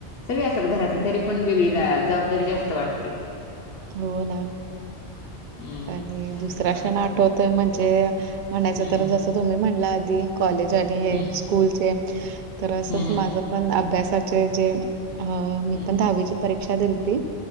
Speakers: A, on the left (about 65°); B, on the right (about 55°).
A: सगळे असतात घरातले तरी पण वेगळी जबाबदारी जास्त वाटते.
B: हो ना
A: हम्म
B: आणि दुसरा क्षण
A: आणि
B: आठवतोय म्हणजे. म्हणायचं
A: हम्म
B: तर जसं तुम्ही म्हणला आधी. कॉलेज आणि हे
A: हम्म
B: स्कूलचे तर असंच
A: हम्म
B: माझ पण अभ्यासाचे जे. अ मी
A: हम्म
B: पण
A: हम्म
B: दहावीची परीक्षा दिलती